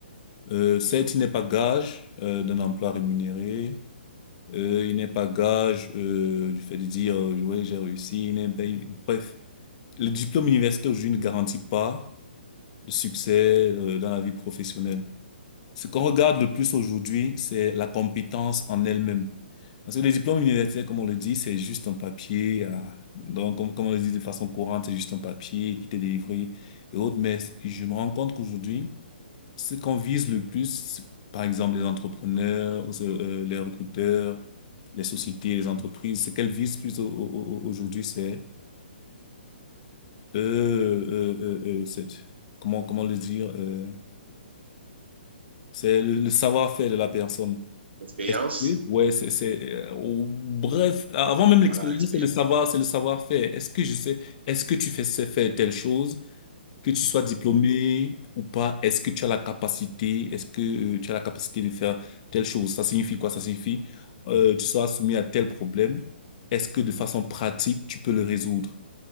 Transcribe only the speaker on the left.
euh, certes, il n'est pas gage euh, d'un emploi rémunéré, euh, il n'est pas gage euh, du fait de dire, euh, ouais, j'ai réussi, il n'est, ben, bref, le diplôme universitaire aujourd'hui ne garantit pas de succès euh, dans la vie professionnelle. Ce qu'on regarde le plus aujourd'hui, c'est la compétence en elle-même. Parce que les diplômes universitaires, comme on le dit, c'est juste un papier. euh, donc, comme, comme on le dit de façon courante, c'est juste un papier qui t'est délivré et autres. Mais je me rends compte qu'aujourd'hui, ce qu'on vise le plus, par exemple les entrepreneurs, euh, euh, les recruteurs, les sociétés, les entreprises, ce qu'elles visent plus au- au- au- aujourd'hui, c'est euh, euh, euh, euh, c'est- comment, comment le dire, euh, c'est le le savoir-faire de la personne.
Est-ce que- Ouais, c'est, c'est, euh, ou- bref, avant même l'expérience,
c'est le savoir, c'est le savoir-faire. Est-ce que je sais, est-ce que tu fais sais faire telle chose, que tu sois diplômé ou pas, est-ce que tu as la capacité, est-ce que euh, tu as la capacité de faire telle chose? Ça signifie quoi? Ça signifie, euh, tu seras soumis à tel problème. Est-ce que de façon pratique, tu peux le résoudre?